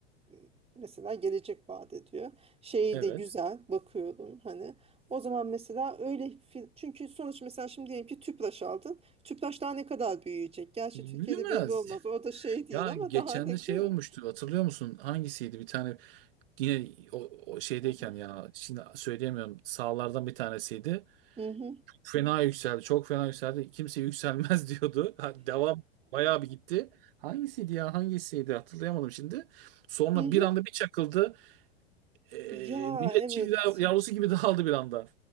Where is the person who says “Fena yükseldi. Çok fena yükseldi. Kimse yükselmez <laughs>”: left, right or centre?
Right